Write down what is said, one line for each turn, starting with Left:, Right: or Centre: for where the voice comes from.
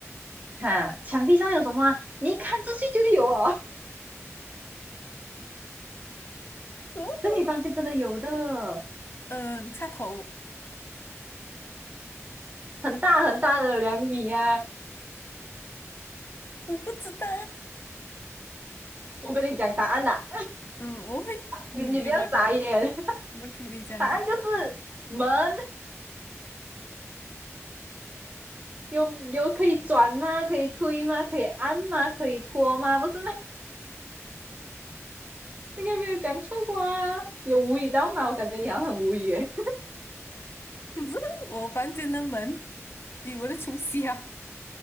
Right: 哈，墙壁上有什么啊？你一看出去就有啊，
Left: 萝卜，
Right: 在你房间真的有的，
Left: 嗯，插头，
Right: 很大很大的两米啊！
Left: 我不知道，
Right: 我跟你讲答案啦、
Left: <laughs> 嗯，我会，嗯，
Right: 你你不要傻眼，
Left: 你给我讲，我给你讲讲。
Right: 答案就是门，有有可以转吗？可以推吗？可以按吗？可以拖吗？不是吗？应该没有讲错过啊，有无语到吗？我感觉你好像很无语诶。
Left: 可是我房间的门比我的厨师啊，